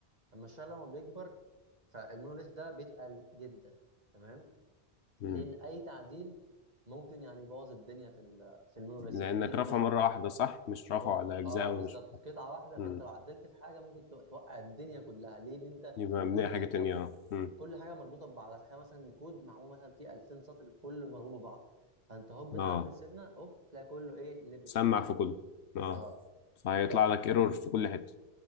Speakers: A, on the right; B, on the left.
A: المشروع لما بيكبر فالمونوليث ده بيتقل جدا تمام
B: مم.
A: لان اي تعديل ممكن يعني يبوظ الدنيا في ال في المونوليثيك
B: لانك
A: ليه لان
B: رافعه
A: هو
B: مره واحده صح مش رافعه
A: هو
B: على اجزاء
A: اه بالظبط
B: ومش
A: قطعه واحده فانت
B: امم
A: لو عدلت في حاجه ممكن تو- توقع الدنيا كلها ليه ان انت
B: يبقى مبنيه
A: كل
B: حاجه
A: حاجه
B: تانية اه مم.
A: كل حاجه مربوطه ببعضها تخيل مثلا كود معمول مثلا فيه 2000 سطر كله مربوط ببعضه فانت هوب
B: اه
A: تعدل سنه هوب تلاقي كله ايه لبس
B: سمع
A: في ال...
B: في كله اه
A: اه
B: فهيطلع
A: طيب
B: لك ايرور في كل حته